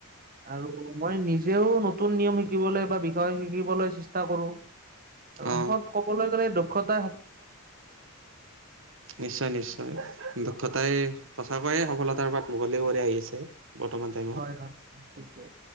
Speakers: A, on the right; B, on the right.
A: আৰু মই নিজেও নতুন নিয়ম শিকি বলে বা বিষয় শিকিবলৈ চেষ্টা কৰো, আৰু
B: অ
A: শেষত কবলৈ গলে দক্ষতা
B: নিশ্চয় নিশ্চয় দক্ষতাই সঁচা ক্ষুদ্ৰয়ে সফলতাৰ বাট মুকলি কৰি আহিছে বৰ্তমান টাইমত
A: হয় হয় ঠিকে।